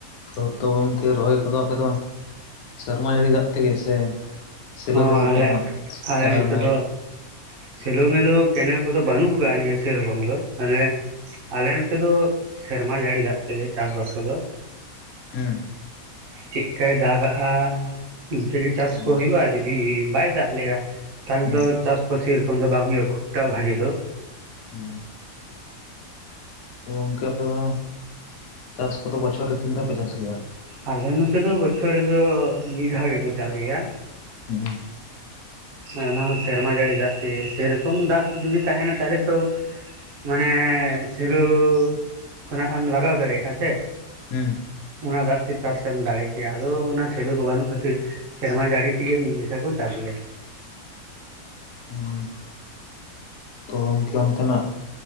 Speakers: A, on the left; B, on the right.
A: ᱛᱚ ᱛᱚ ᱜᱚᱢᱠᱮ ᱨᱚᱦᱚᱭ ᱠᱚᱫᱚ ᱟᱯᱮ ᱫᱚ ᱥᱮᱨᱢᱟ ᱡᱟᱹᱲᱤ ᱫᱟᱜ ᱛᱮᱜᱮ ᱥᱮᱼᱼ ᱥᱤᱞᱳ
B: ᱦᱚᱸ
A: ᱢᱤᱞᱳ
B: ᱟᱞᱮ
A: ᱠᱚ ᱨᱮᱱᱟᱜ
B: ᱟᱞᱮ
A: ᱠᱮᱱᱮᱞ
B: ᱱᱚᱛᱮ
A: ᱢᱮᱱᱮᱞ
B: ᱫᱚ ᱥᱮᱞᱳ ᱢᱮᱞᱳ ᱠᱮᱱᱮᱞ ᱠᱚᱫᱚ ᱵᱟᱹᱱᱩᱜ ᱟᱠᱟᱫ ᱟ ᱱᱤᱭᱟᱹ ᱥᱮᱨᱚᱠᱚᱢ ᱫᱚ ᱛᱟᱦᱞᱮ ᱟᱞᱮ ᱱᱚᱛᱮ ᱫᱚ ᱥᱮᱨᱢᱟ ᱡᱟᱹᱲᱤ ᱫᱟᱜ ᱛᱮᱜᱮ ᱪᱟᱥ ᱵᱟᱥ ᱠᱚᱫᱚᱼᱼ
A: ᱦᱮᱸ
B: ᱪᱮᱫᱠᱟᱭ ᱫᱟᱜᱟᱼᱦᱟᱜ ᱤᱱᱠᱟᱹ ᱜᱮ ᱪᱟᱥ
A: ᱦᱩᱸ
B: ᱠᱚ ᱦᱩᱭᱩᱜᱼᱟ ᱡᱚᱫᱤ ᱵᱟᱭ ᱫᱟᱜ ᱞᱮᱜᱼᱟ ᱛᱟᱦᱚᱞᱮ
A: ᱦᱩᱸ
B: ᱫᱚ ᱪᱟᱥ ᱠᱚ ᱥᱮᱨᱚᱠᱚᱢ ᱫᱚ ᱵᱟᱝ ᱦᱳᱭᱳᱜᱼᱟ ᱠᱷᱩᱵᱴᱟ ᱵᱷᱟᱜᱤ ᱫᱚ
A: ᱦᱮᱸ ᱜᱚᱝᱠᱮ ᱟᱯᱮ ᱫᱚ ᱪᱟᱥ ᱠᱚᱫᱚ ᱵᱚᱪᱷᱚᱨ ᱨᱮ ᱛᱤᱱ ᱫᱷᱟᱣ ᱯᱮ ᱪᱟᱥ ᱜᱮᱭᱟ
B: ᱟᱞᱮ ᱱᱚᱛᱮ ᱫᱚ ᱵᱚᱪᱷᱚᱨ ᱨᱮᱫᱚ ᱢᱤᱫ ᱫᱷᱟᱣ ᱜᱮ ᱠᱚ ᱪᱟᱥ ᱜᱮᱭᱟ
A: ᱦᱮᱸ
B: ᱚᱱᱟ ᱦᱚᱸ ᱥᱮᱨᱢᱟ ᱡᱟᱹᱲᱤ ᱫᱟᱜ ᱛᱮᱜᱮ ᱥᱮᱨᱚᱠᱚᱢ ᱫᱟᱜ ᱡᱩᱫᱤ ᱛᱟᱦᱮᱱᱟ ᱛᱟᱦᱚᱞᱮ ᱛᱚᱼᱼ ᱢᱟᱱᱮ ᱥᱮᱞᱩ ᱠᱷᱚᱱᱟᱜ ᱮᱢ ᱞᱟᱜᱟᱣ ᱫᱟᱲᱮᱭᱟᱜᱼᱟ ᱥᱮ
A: ᱦᱮᱸ
B: ᱚᱱᱟ ᱫᱟᱜ ᱛᱮ ᱪᱟᱥᱮ ᱮᱢ ᱫᱟᱲᱮ ᱠᱮᱭᱟ ᱟᱫᱚ ᱚᱱᱟ ᱥᱮᱞᱚ ᱠᱚ ᱵᱟᱹᱱᱩᱜ ᱠᱷᱟᱛᱤᱨ ᱥᱮᱨᱢᱟ ᱡᱟᱹᱲᱤ ᱛᱮᱜᱮ ᱢᱤᱫ ᱡᱮᱠᱷᱟ ᱠᱚ ᱪᱟᱥ ᱜᱮᱭᱟ
A: <inaudible> ᱛᱚ ᱜᱚᱢᱠᱮ ᱚᱱᱛᱮᱱᱟᱜ